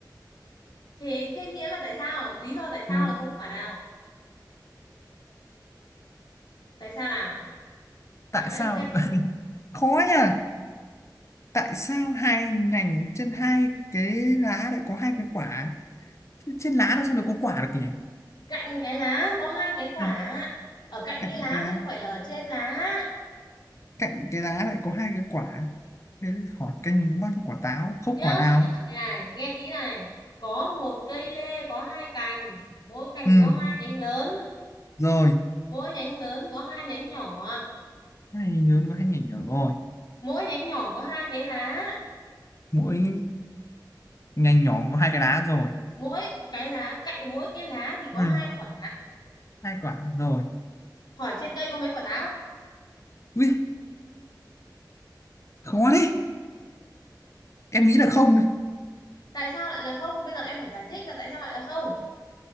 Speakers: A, on the left; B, on the left.
A: thì thế nghĩa là tại sao lý do tại sao
B: ừ.
A: là không có quả nào tại sao nào
B: tại
A: em đã
B: sao
A: nghĩ ra chưa
B: <laughs> khó nhỉ tại sao hai nhành trên hai cái lá lại có hai cái quả Thế trên lá đâu sao lại có quả được nhỉ
A: cạnh cái lá có hai cái quả
B: Ừ.
A: ở cạnh
B: cạnh
A: cái lá
B: cái lá
A: chứ không phải là ở trên lá
B: cạnh cái lá lại có hai cái quả thế hỏi canh bao nhiêu quả táo không
A: nhớ
B: quả nào
A: chị nhắc lại này nghe kỹ này có một cây lê có hai cành mỗi cành
B: ừ
A: có hai nhánh lớn
B: rồi
A: mỗi nhánh lớn có hai nhánh nhỏ
B: hai ngành lớn có hai ngành nhỏ rồi
A: mỗi nhánh nhỏ có hai cái lá
B: mỗi ngành nhỏ có hai cái đá rồi
A: mỗi cái lá cạnh mỗi cái lá thì có
B: ừ.
A: hai quả
B: hai quả rồi
A: hỏi trên cây có mấy quả táo
B: Ui, khó đấy em nghĩ là không đấy
A: tại sao lại là không bây giờ em phải giải thích là tại sao lại là không